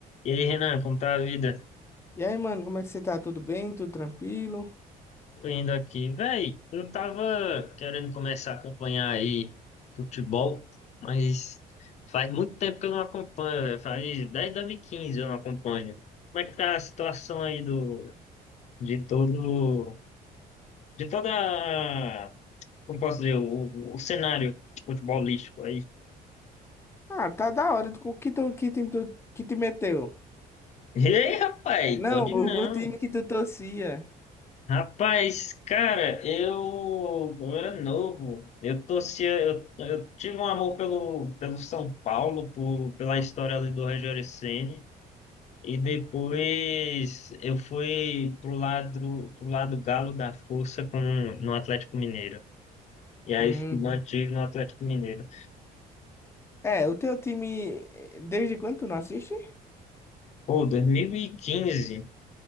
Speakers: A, on the left (about 45°); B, on the left (about 15°).
A: E aí, Renan, como tá a vida?
B: E aí, mano, como é que você tá? Tudo bem? Tudo tranquilo?
A: Tô indo aqui. Véi, eu tava querendo começar a acompanhar aí futebol, mas faz muito tempo que eu não acompanho, véi. Faz desde 2015, eu não acompanho. Como é que tá a situação aí do, de todo, de toda, a- como posso dizer, o, o o cenário futebolístico aí?
B: Ah, tá da hora. Tu- Que, tu, que time tu, que te meteu?
A: <laughs> Ei, rapaz,
B: Não,
A: pode
B: o,
A: não.
B: o time que tu torcia.
A: Rapaz, cara, eu, eu era novo. Eu torcia, eu, eu tive um amor pelo, pelo São Paulo, por, pela história ali do Rogério Ceni. E depois eu fui pro lado, pro lado galo da força com, no Atlético Mineiro. E aí
B: Hum.
A: mantive no Atlético Mineiro.
B: É, o teu time, eh, desde quando tu não assiste?
A: Pô, 2015.